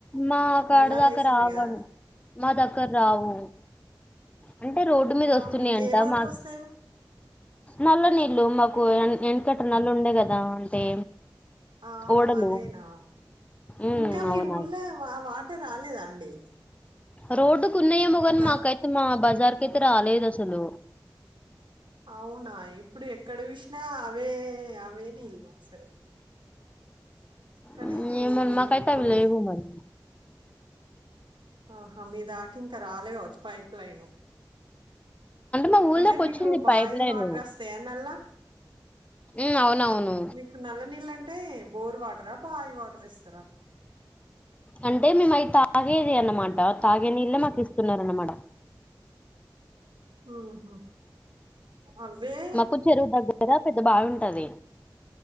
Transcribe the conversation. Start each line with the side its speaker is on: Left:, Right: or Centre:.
Left: మా కాడదాకా
Right: నల్లాలు వేసిళ్ళు
Left: రావండి.
Right: కదా
Left: మా దగ్గర రావు అంటే రోడ్డు మీద
Right: ఆ
Left: వస్తున్నాయంట
Right: మీకు ఏ వాటర్
Left: మాకు
Right: వస్తాయి
Left: నల్ల నీళ్ళు మాకు ఎనుకట నల్లుండే కదా అంటే
Right: ఆహా
Left: ఓడలు
Right: అదేనా
Left: ఉమ్
Right: ఇంకా మీ
Left: అవునా
Right: ఊళ్లో వాటర్ రాలేదా అండి?
Left: రోడ్డుకున్నాయేమో కానీ
Right: దా
Left: మాకైతే మా బజార్ కైతే రాలేదసలు.
Right: అవునా ఇప్పుడు ఎక్కడ చూసినా అవే నీళ్లు అసలు. కానీ
Left: ఉమ్, ఏమో మాకైతే
Right: ఇప్పుడు
Left: అవి లేవు మరి
Right: ఆహా మీ దాకింక రాలే కావచ్చు పైప్ లైను.
Left: మా ఊళ్ళోకి
Right: అంటే మీకు
Left: వచ్చింది
Right: బాయి
Left: పైప్ లైన్
Right: వాటర్ అస్తయా నల్ల
Left: మ్ అవునవును.
Right: మీకు నల్ల నీళ్ళంటే బోర్ వాటరా బాయి వాటర్ ఇస్తారా?
Left: అంటే మేము అవి తాగేది అన్నమాట. తాగే నీళ్లే మాకు ఇస్తున్నారు అన్నమాట.
Right: ఉహు అవే
Left: మాకు చెరువు దగ్గర కదా పెద్ద బావి ఉంటాది.